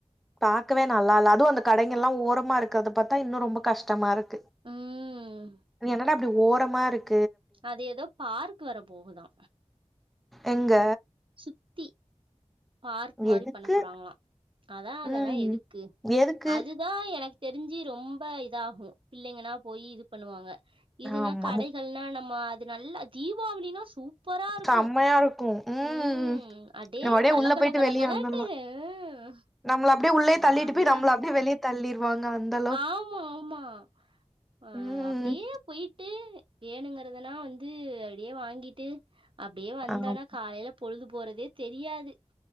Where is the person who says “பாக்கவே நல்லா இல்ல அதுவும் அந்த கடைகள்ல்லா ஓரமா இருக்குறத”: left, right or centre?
Centre